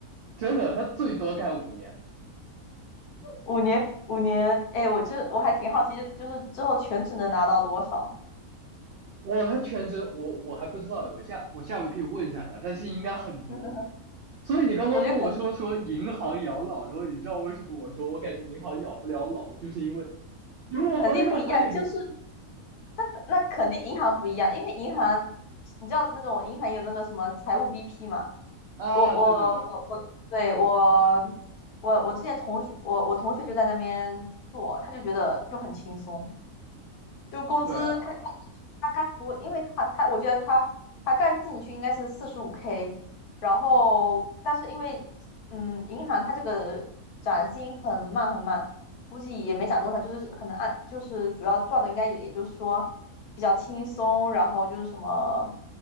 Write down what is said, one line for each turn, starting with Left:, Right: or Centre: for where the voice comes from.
Right: 真的，他最多干五年。
Left: 五年五年，哎，我就我还挺好奇，就就是之后全职能拿到多少？
Right: 我他全职，我我还不知道哎，我下我下回可以问一下他，但是应该很多。
Left: <laughs>
Right: 所以你刚刚跟我说说银行养老，
Left: 我觉得肯定，
Right: 然后你知道为什么我说我感觉银行养不了老，就是因为因为我朋友他那个
Left: 那肯定不一样，就是那那肯定银行不一样，因为银行，你知道那种银行有那个什么财务 BP 嘛，
Right: 啊，
Left: 我我我我，
Right: 对对对
Left: 对我我我之前同学，我我同学就在那边做，他就觉得就很轻松。就工资他干进去他干不，
Right: 对啊，
Left: 因为他他我觉得他他干进去应该是四十五 K，然后但是因为嗯银行它这个涨薪很慢很慢，估计也没涨多少，就是可能按就是主要赚的应该也也就是说比较轻松，然后就是什么